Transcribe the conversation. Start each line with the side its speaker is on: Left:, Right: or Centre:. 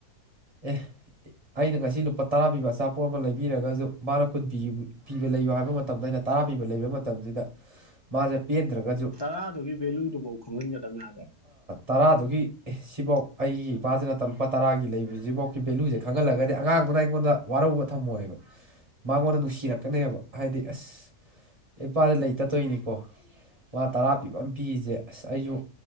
Right: ꯑꯦ ꯑꯩꯅ ꯉꯁꯤ ꯂꯨꯄꯥ ꯇꯔꯥ ꯄꯤꯕ ꯑꯆꯥꯄꯣꯠ ꯑꯃ ꯂꯩꯕꯤꯔꯒꯁꯨ ꯃꯥꯅ ꯀꯨꯟꯤ ꯄꯤꯕ ꯂꯩꯌꯨ ꯍꯥꯏꯕ ꯃꯇꯝ ꯃꯇꯝꯗ ꯑꯩꯅ ꯇꯔꯥ ꯄꯤꯕ ꯂꯩꯕ ꯃꯇꯝꯁꯤꯗ ꯃꯥꯁꯦ ꯄꯦꯟꯗ꯭ꯔꯒꯗꯤ
Left: ꯇꯔꯥꯗꯨꯒꯤ ꯚꯦꯂꯨꯗꯨꯐꯥꯎ ꯈꯪꯍꯟꯒꯗꯕꯅꯦ ꯍꯥꯏꯕ
Right: ꯇꯔꯥꯗꯨꯒꯤ ꯁꯤꯐꯧ ꯑꯩꯒꯤ ꯏꯄꯥꯁꯤꯅ ꯇꯔꯨꯄꯥ ꯇꯔꯥꯒꯤ ꯂꯩꯕꯁꯤꯛꯐꯥꯎꯒꯤ ꯚꯦꯂꯨꯁꯦ ꯈꯪꯍꯜꯂꯒꯗꯤ ꯑꯉꯥꯡꯗꯨꯅ ꯑꯩꯉꯣꯟꯗ ꯋꯥꯔꯧꯕ ꯊꯝꯃꯣꯏꯑꯕ ꯃꯉꯣꯟꯗ ꯅꯨꯡꯁꯤꯔꯛꯀꯅꯦꯕ
Left: ꯃꯥꯅꯦ꯫
Right: ꯍꯥꯏꯗꯤ ꯑꯁ ꯑꯩ ꯄꯥꯗ ꯂꯩꯇꯠꯇꯣꯏꯅꯤ ꯑꯣ ꯃꯥ ꯇꯔꯥ ꯄꯤꯕ ꯑꯃ ꯄꯤꯔꯤꯁꯦ ꯑꯁ ꯑꯩꯁꯨ